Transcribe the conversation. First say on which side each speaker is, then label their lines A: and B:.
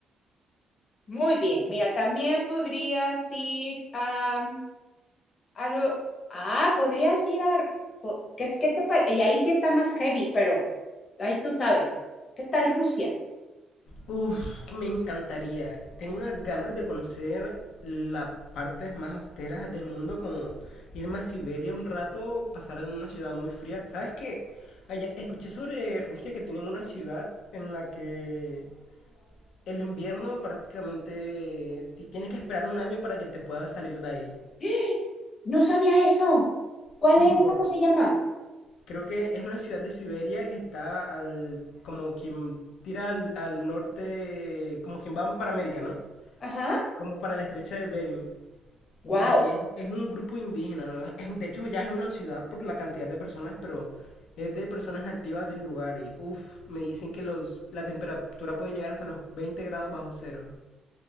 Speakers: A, on the left (about 50°); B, on the left (about 80°).
A: Muy bien. Mira, también podrías ir a mm, algo. Ah, podrías ir a. po- ¿Qué, qué te parece? Y ahí sí está más heavy, pero ahí tú sabes. ¿Qué tal Rusia?
B: Uf, me encantaría. Tengo unas ganas de conocer las partes más austeras del mundo, como irme a Siberia un rato, pasar en una ciudad muy fría. ¿Sabes qué? Allá, escuché sobre Rusia que tienen una ciudad en la que el invierno prácticamente ti- tienes que esperar un año para que te puedas salir de ahí.
A: <gasps> ¡Ah! No sabía eso. ¿Cuál
B: Sí,
A: es?
B: por...
A: ¿Cómo se llama?
B: creo que es una ciudad de Siberia que está al... como quien tira al, al norte, como quien va para América, ¿no?
A: Ajá.
B: Como para la estrecha de Bering.
A: Wow.
B: Y es, es un grupo indígena, ¿no? Es- de hecho, ya es una ciudad por la cantidad de personas, pero es de personas nativas del lugar. Y uff, me dicen que los, la temperatura puede llegar hasta los veinte grados bajo cero.